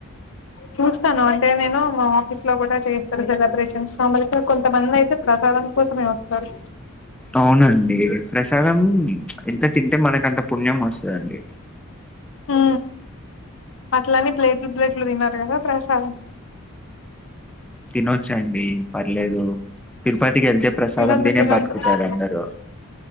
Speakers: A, on the left; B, in the centre.
A: చూస్తాను అంటే నేను మా ఆఫీసులో కూడా చేస్తారు కదా సెలబ్రేషన్స్ మల్ల కొంతమంది అయితే ప్రసాదం కోసమే వస్తారు
B: అవునండి ప్రసాదం ఎంత తింటే మనకు అంత పుణ్యం వస్త దండి
A: హు అట్లని ప్లేట్లు ప్లేట్ తినరు కదా ప్రసాదం
B: తినొచ్చాండి పర్లేదు తిరుపతి కి కెళ్తే ప్రసాదం
A: తినొద్దు
B: తినే
A: తినొద్దు
B: బతుకుతారు అందరు